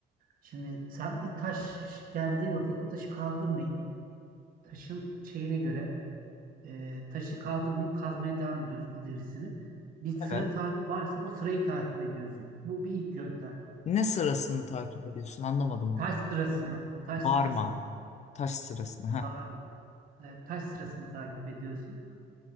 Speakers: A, on the right; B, on the left.
A: Şimdi sen bir taş geldiği vakit o taşı kaldırmayıp taşın şeyine göre e, taşı kaldırmayıp kazmaya devam ediyorsun ilerisini. Bir sıra
B: Evet.
A: takip varsa o sırayı takip ediyorsun. Bu bir ilk yöntem.
B: Ne sırasını takip ediyorsun? Anlamadım onu.
A: Taş sırasını, taş
B: Varma.
A: sırasını,
B: Taş sırasını. Ha.
A: bağırma, e, taş sırasını takip ediyorsun.